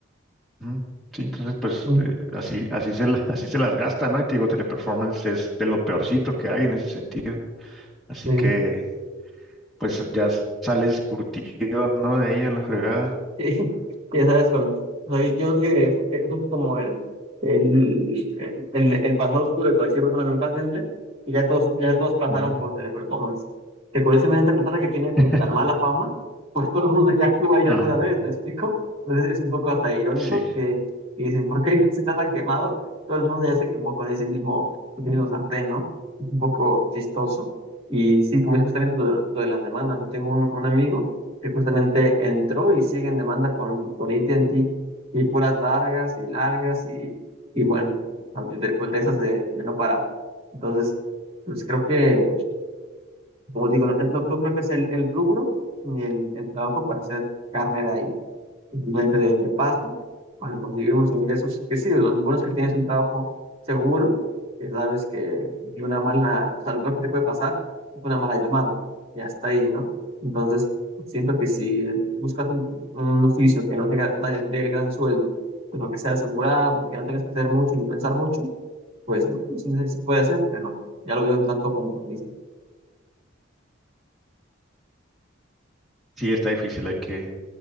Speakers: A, in the centre; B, on the right.
A: ujú. Sí, entonces pues
B: Mm,
A: eh, así, así se, la- <laughs> así se las gasta, ¿no? Y te digo, Teleperformance es de lo peorcito que hay en ese sentido. Así
B: sí.
A: que pues ya s- sales curtido, ¿no? De ahí a la fregada.
B: Sí, ya sabes, con, o sea, yo creo que eso, eso es como el, el, el, el pasado oscuro de cualquier persona en un call center, y ya todos, ya todos pasaron
A: Ujú.
B: por teleperformance. Que curiosamente, a pesar de que tiene
A: <laughs>
B: su tan mala fama, pues todo el mundo ya estuvo ahí alguna
A: Ajá.
B: vez, ¿me explico? Entonces es un poco hasta irónico
A: Sí,
B: que y dicen, ¿por qué se está tan quemado? Todo el mundo ya se quemó con ese mismo, ese mismo sartén, ¿no? Es un poco chistoso. Y sí, como es justamente lo de, lo de las demandas, yo tengo un un amigo que justamente entró y sigue en demanda con, con AT&T y puras largas y largas y, y bueno, de, pues de esas de, de no parar. Entonces, pues creo que, como digo, no, no- no creo que es el, el rubro ni el, el trabajo para hacer carrera ahí simplemente de, de paso, para conseguir unos ingresos que sí, lo bueno es que tienes un trabajo seguro, que sabes que de una mala, o sea, lo peor que te puede pasar es una mala llamada, y hasta ahí, ¿no? Entonces, siento que si buscas un, un oficio que no te ga- da- dé el gran sueldo, pero que sea asegurado y que no tengas que hacer mucho ni pensar mucho, pues bueno, sí, sí sí puede ser, pero ya lo veo un tanto compromiso.
A: sí, está difícil, hay que,